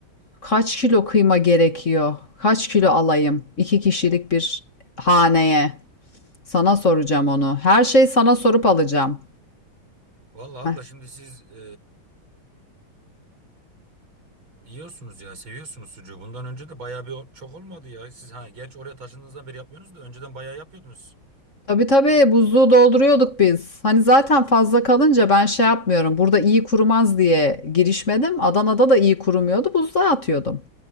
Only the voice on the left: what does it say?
kaç kilo kıyma gerekiyor? Kaç kilo alayım? İki kişilik bir haneye. Sana soracağım onu. Her şeyi sana sorup alacağım.
Heh.
Tabii tabii buzluğu dolduruyorduk biz. Hani zaten fazla kalınca ben şey yapmıyorum. Burada iyi kurumaz diye girişmedim. Adana'da da iyi kurumuyordu. Buzluğa atıyordum.